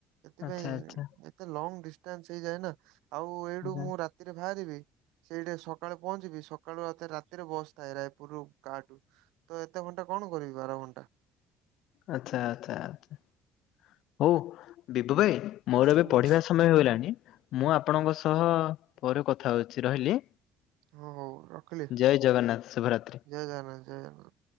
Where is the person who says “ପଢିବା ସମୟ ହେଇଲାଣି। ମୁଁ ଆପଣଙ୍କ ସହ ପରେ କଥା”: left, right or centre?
Left